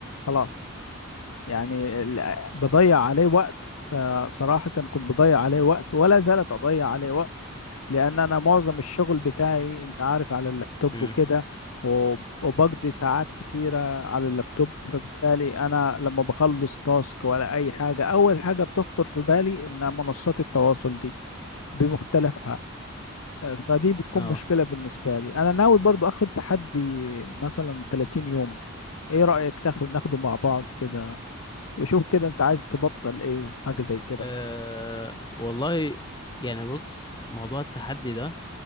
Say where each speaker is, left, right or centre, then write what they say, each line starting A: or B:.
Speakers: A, on the left; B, on the left.
A: خلاص يعني ال- بضيع عليه وقت فصراحة كنت بضيع عليه وقت ولا زالت أضيع عليه وقت لأن أنا معظم الشغل بتاعي أنت عارف على اللابتوب
B: مم.
A: وكده و- وبقضي ساعات كتيرة على اللابتوب فبالتالي أنا لما بخلص تاسك ولا أي حاجة أول حاجة بتخطر في بالي إن منصات التواصل دي بمختلفها أه، فدي بتكون
B: أه
A: مشكلة بالنسبة لي أنا ناوي برضو أخد تحدي مثلا 30 يوم إيه رأيك تاخد ناخده مع بعض كده وشوف كده انت عايز تبطل ايه حاجة زي كده
B: آه، والله يعني بص موضوع التحدي ده